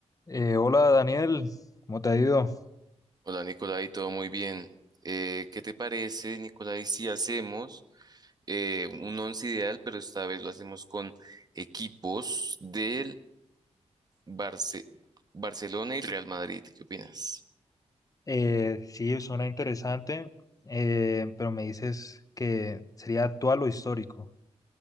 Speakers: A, on the left; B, on the right.
A: Eh, hola Daniel, ¿cómo te ha ido?
B: Hola Nicolai, todo muy bien. Eh, ¿qué te parece, Nicolai, si hacemos eh, un once ideal, pero esta vez lo hacemos con equipos del Barce- Barcelona y Real Madrid? ¿Qué opinas?
A: Eh, sí, suena interesante, eh, pero me dices que sería actual o histórico.